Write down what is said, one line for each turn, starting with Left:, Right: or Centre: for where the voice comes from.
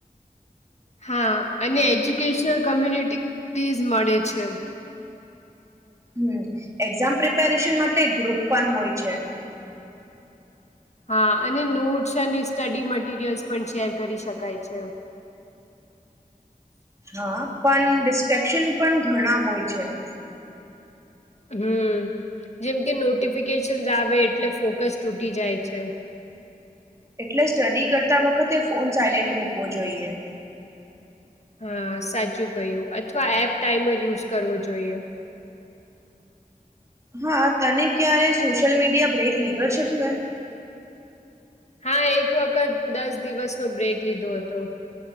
Left: હા, અને એજ્યુકેશનલ કોમ્યુનિટીટીઝ મળે છે.
Right: હમ, એક્ઝામ પ્રિપેરેશન માટે ગ્રુપ પણ હોય છે.
Left: હા, અને નોટ્સ અને સ્ટડી મટીરિયલ્સ પણ શેર કરી શકાય છે.
Right: હા, પણ ડિસ્ટ્રેક્શન પણ ઘણા હોય છે.
Left: હમ, જેમ કે નોટિફિકેશન્સ આવે એટલે ફોકસ તૂટી જાય છે.
Right: એટલે, સ્ટડી કરતા વખતે ફોન સાયલેન્ટ મૂકવો જોઈએ.
Left: હા, સાચું કહ્યું. અથવા એપ ટાઈમર યુઝ કરવો જોઈએ.
Right: હા, તને ક્યારે સોશિયલ મીડિયા બ્રેક લીધો છે? તું એ.
Left: હા, એક વખત દસ દિવસ નો બ્રેક લીધો હતો.